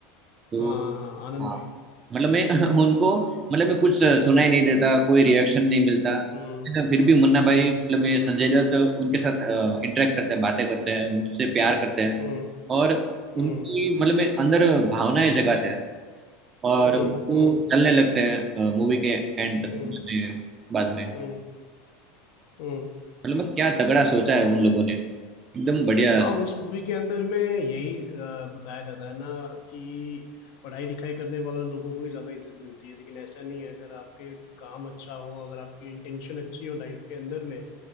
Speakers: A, on the right; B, on the left.
A: तो
B: हाँ हाँ हाँ आनंद
A: हाँ
B: भाई
A: मतलब मैं <laughs> उनको मतलब मैं कुछ सुनाई नहीं देता कोई रिएक्शन नहीं मिलता
B: हम्म
A: लेकिन फिर भी मुन्ना भाई
B: हम्म
A: मतलब मैं संजय दत्त उनके साथ इंटरेक्ट करते हैं बातें करते हैं उनसे प्यार करते हैं
B: हम्म
A: और
B: हम्म
A: उनकी मतलब में अंदर भावनाएं जगाते हैं और
B: हम्म
A: वो
B: हम्म हम्म
A: चलने लगते हैं मूवी के एंड
B: हम्म
A: में बाद में
B: हम्म हम्म
A: मतलब मैं क्या तगड़ा सोचा है उन लोगों ने एकदम बढ़िया
B: हाँ, और उस मूवी के अंदर में यही अ, बताया जाता है ना कि पढ़ाई लिखाई करने वाले लोगों को ही ज़्यादा इज्जत मिलती है लेकिन ऐसा नहीं है अगर आपके काम अच्छा हो अगर आपकी इंटेंशन अच्छी हो लाइफ के अंदर में